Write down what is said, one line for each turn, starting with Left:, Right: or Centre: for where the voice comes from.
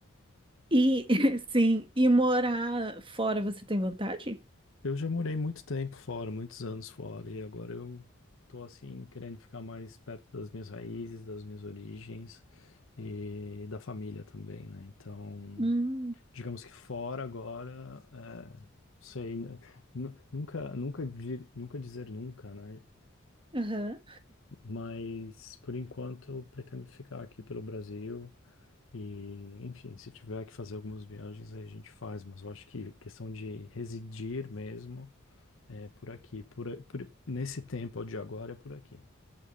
Right: E <laughs> sim, e morar fora você tem vontade?
Left: Eu já morei muito tempo fora, muitos anos fora, e agora eu tô assim querendo ficar mais perto das minhas raízes, das minhas origens e da família também, né? Então,
Right: Hum,
Left: digamos que fora agora, é, sei, né? Nu- Nunca, nunca, di- nunca dizer nunca, né?
Right: aham.
Left: Mas por enquanto eu pretendo ficar aqui pelo Brasil. E, enfim, se tiver que fazer algumas viagens, aí a gente faz, mas eu acho que questão de residir mesmo é por aqui, por, por- nesse tempo de agora é por aqui.